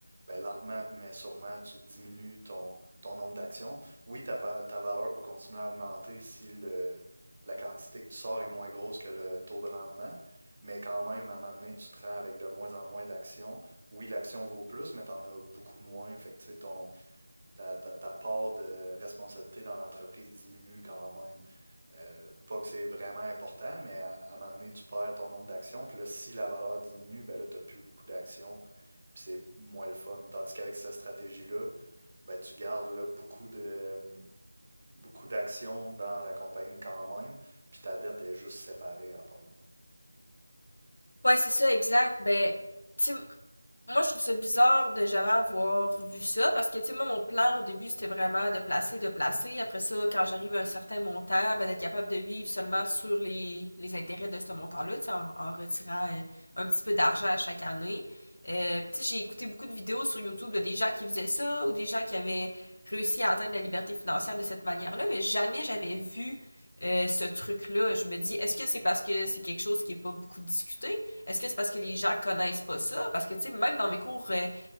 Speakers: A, on the right; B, on the left.
A: ben, lentement, mais sûrement, tu diminues ton, ton nombre d'actions. Oui, ta, pa- ta valeur peut continuer à augmenter si le, la quantité que tu sors est moins grosse que le taux de rendement, mais quand même, à un moment donné, tu te rends avec de moins en moins d'actions. Oui, l'action vaut plus, mais tu en as beaucoup moins. Fait que, tu sais, ton, ta, ta- ta part de responsabilité dans l'entreprise diminue quand même. Euh, pas que c'est vraiment important, mais à, à un moment donné, tu perds ton nombre d'actions. Puis là, si la valeur diminue, ben là, tu n'as plus beaucoup d'actions. Puis c'est moins le fun. Tandis qu'avec cette stratégie-là, ben, tu gardes là, beaucoup de, beaucoup d'actions dans la compagnie quand même. Puis ta dette est juste séparée à part.
B: Ouais, c'est ça, exact. Ben, tu sais, Moi, je trouve ça bizarre de jamais avoir vu ça parce que, tu sais, moi, mon plan au début, c'était vraiment de placer, de placer. Après ça, quand j'arrive à un certain montant, ben, d'être capable de vivre seulement sur les, les intérêts de ce montant-là, tu sais, en, en retirant euh, un, petit peu d'argent à chaque année. Euh, tu sais, j'ai écouté beaucoup de vidéos sur YouTube de des gens qui faisaient ça ou des gens qui avaient réussi à atteindre la liberté financière de cette manière-là, mais jamais j'avais vu euh, ce truc-là. Je me dis, est-ce que c'est parce que c'est quelque chose qui est pas beaucoup discuté? Est-ce que c'est parce que les gens connaissent pas ça? Parce que, tu sais, même dans mes cours, euh,